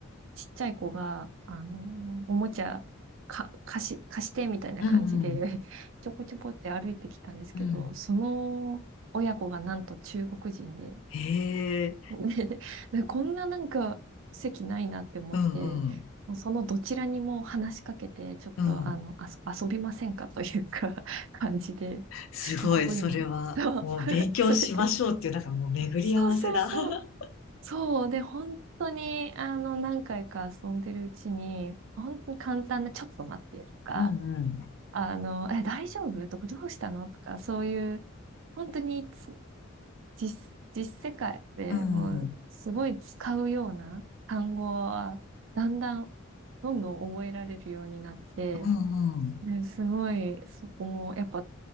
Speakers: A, on the right; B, on the left.
A: ちっちゃい子が、あの、おもちゃ、か、貸し、貸してみたいな感じで
B: うん、うん、
A: <laughs> ちょこちょこって歩いてきたんですけど、
B: うん。
A: その親子がなんと中国人で、
B: へえ、
A: で、でこんななんか席ないなって思って、
B: うんうん、
A: もうそのどちらにも話しかけて、ちょっとあの、
B: うん。
A: あそ、遊びませんかというか <laughs> 感じで、
B: すごい、
A: 中国語今、
B: それは、
A: <laughs>
B: もう勉強しましょうっていう、
A: そそれで、
B: なんかもう巡り合わせだ。
A: そうそうそう、
B: <laughs>
A: そう。で、本当に、あの、何回か遊んでるうちに、本当に簡単な、ちょっと待ってとか、
B: うん、うん、
A: あの、え、大丈夫とか、どうしたのとか、そういう、本当につ実、実世界でもう、
B: うん、
A: すごい使うような単語は、だんだん、どんどん覚えられるようになって、
B: うんうん
A: ね、すごい、そこも、やっぱ、